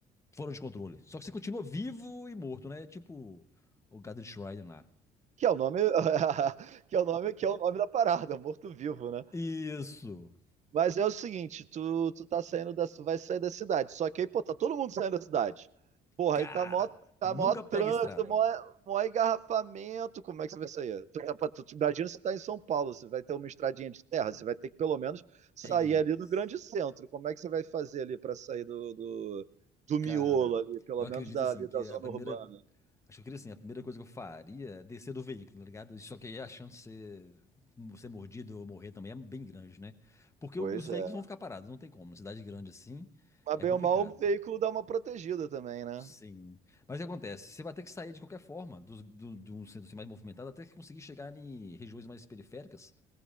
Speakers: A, on the left; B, on the right.
A: fora de controle. Só que você continua vivo e morto, né? Tipo o Gad Schreider lá.
B: Que é o nome. <laughs> Que é o nome, que é o nome da parada, morto-vivo, né?
A: Isso!
B: Mas é o seguinte, tu, tu tá saindo da, tu vai sair da cidade. Só que aí, pô, tá todo mundo saindo da cidade. Porra,
A: Cara,
B: aí tá mó, tá
A: nunca
B: mó trânsito,
A: pega estrada,
B: mó,
A: velho.
B: mó engarrafamento. Como é que você vai sair? Tu, tá, pra- tu, tu- imagina se tá em São Paulo, você vai ter uma estradinha de terra, você vai ter que pelo menos sair
A: É isso.
B: ali do grande centro. Como é que você vai fazer ali pra sair do, do, do miolo
A: Cara,
B: ali, pelo
A: eu acredito
B: menos da,
A: assim
B: ali
A: que
B: da zona
A: a primeira.
B: urbana?
A: Acho que eu queria assim, a primeira coisa que eu faria é descer do veículo, tá ligado? Só que aí a chance de ser, ser mordido ou morrer também é bem grande, né? Porque
B: Pois
A: o- os veículos
B: é.
A: vão ficar parados, não tem como. Uma cidade grande assim
B: Mas
A: é
B: bem
A: complicado.
B: ou mal, o veículo dá uma protegida também, né?
A: Sim. Mas o que acontece? Você vai ter que sair de qualquer forma do, do, de um centro assim mais movimentado até que conseguir chegar em regiões mais periféricas